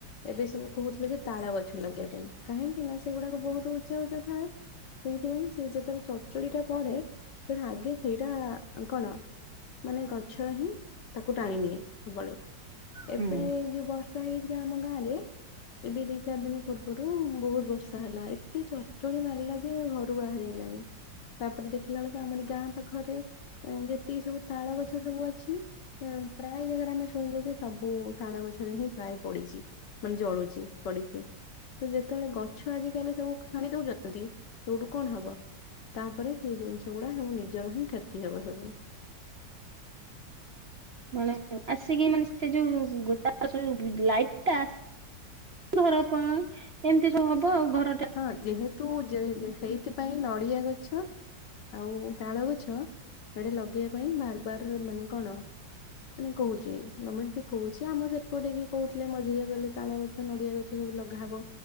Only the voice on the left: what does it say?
ଏବେ ସବୁ କହୁଥିଲେ ଯେ ତାଳ ଗଛ ଲଗେଇବା ପାଇଁ କାହିଁକି ନା ସେଗୁଡାକ ବହୁତ ଛ ଥାଏ ସେଇଥିପାଇଁ ସେ ଯେତେବେଳେ ଚଚୁଡି ଟା ପଡେ ସେ ଆଗେ ସେଇଟା କଣ ମାନେ ଗଛ ହିଁ ତାକୁ ଟାଣି ନିିଏ ସବୁବେଳେ।
ଏବେ ଯୋଉ ବର୍ଷ ହେଇଥିରେ ଆମ ଗାଁ ରେ ଏବେ ଦି ଚାରି ଦିନ ପୂର୍ବରୁ ବହୁତ ବର୍ଷା ହେଲା ଏତେ ଚଡ ଚଡ଼ି ମାରିଲା ଯେ ଘରୁ ବାହାରି ହେଲାନି ତାପରେ ଦେଖିଲା ବେଳକୁ ଆମର ଗାଁ ପାଖରେ ଯେତିକି ସବୁ ତାଳ ଗଛ ସବୁ ଅଛି ପ୍ରାୟ ଜାଗାରେ ଆମେ ଶୁଣିଲୁ ଯେ ସବୁ ତାଳ ଗଛରେ ହିଁ ପ୍ରାୟ ପଡିଛି। ମାନେ ଜଳୁଛି ପିଡିକି। ତ ଯେତେବେଳେ ଗଛ ଆଜିକାଲି ସବୁ ଖାଣି ଦଉଛନ୍ତି ସେଇଠୁ କଣ ହବ ତାପରେ ସେଇ ଜିନିଷ ଗୁଡା ସବୁ ନିଜର ହିଁ କ୍ଷତି ହବ ସବୁ।
ହଁ ଯେହେତୁ ଯେହୁ ସେଇଥିପାଇଁ ନଡିଆ ଗଛ ଆଉ ତାଳ ଗଛ ଏଡେ ଲଗେଇବା ପାଇଁ ବାର ବାର ମାନେ କଣ ମାନେ କହୁଛି ଗମେଣ୍ଟ ବି କହୁଛି ଆମର ସେପଟେ ବି କହୁଥିଲେ ମଝିରେ ଗଲେ ତାଳ ଗଛ ନଡିଆ ଗଛ ସବୁ ଲଗାହବ